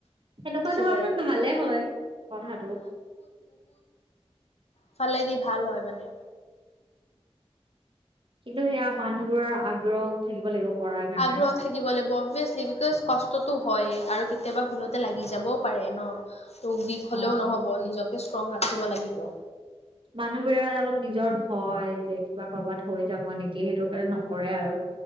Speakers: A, on the right (about 55°); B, on the left (about 80°).
A: সেনেকুৱা
B: যে
A: ধৰণত ভালে হয় কথাটো।
B: ফালে দি ভাল হয় মানে।
A: কিন্তু সেয়া মানুহ বোৰৰ আগ্ৰহও থাকিব লাগিব। কৰাৰ কাৰণে।
B: আগ্ৰহ থাকিব লাগিব, অভিযেচলি বিকজ কষ্ট টো হয় আৰু কেতিয়াবা ভুলতে লাগি যাবও পাৰে ন। ত বিষ
A: অ'।
B: হলেও নহ'ব নিজক। ষ্ট্ৰং ৰাখিব লাগিব।
A: মানুহবোৰে মানে অলপ নিজৰ ভয়, যে কিবা কৰবাত হৈ যাব নেকি? সেইটো কাৰণে নকৰে আৰু।